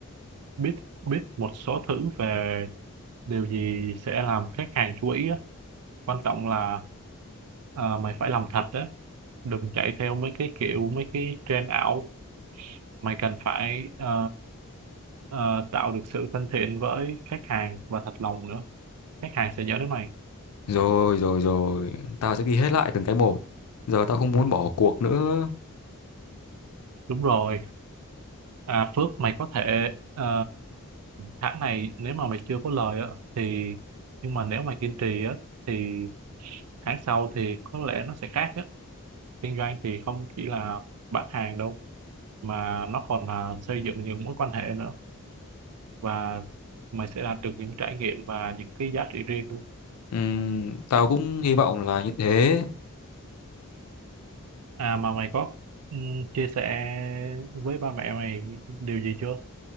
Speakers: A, on the right; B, on the left.
A: biết biết một số thứ về điều gì sẽ làm khách hàng chú ý á. quan trọng là à, mày phải làm thật á đừng chạy theo mấy cái kiểu mấy cái trend ảo mày cần phải ờ, ờ, tạo được sự thân thiện với khách hàng và thật lòng nữa khách hàng sẽ nhớ đến mày
B: Rồi rồi rồi. Tao sẽ ghi hết lại từng cái một. Giờ tao không muốn bỏ cuộc nữa.
A: đúng rồi À, Phước mày có thể ờ, tháng này nếu mà mày chưa có lời á thì nhưng mà nếu mày kiên trì á thì tháng sau thì có lẽ nó sẽ khác á. Kinh doanh thì không chỉ là bán hàng đâu mà nó còn là xây dựng những mối quan hệ nữa và mày sẽ đạt được những trải nghiệm và những cái giá trị riêng luôn.
B: Ừm, tao cũng hy vọng là như thế.
A: À mà mày có ừm, chia sẻ với ba mẹ mày điều gì chưa?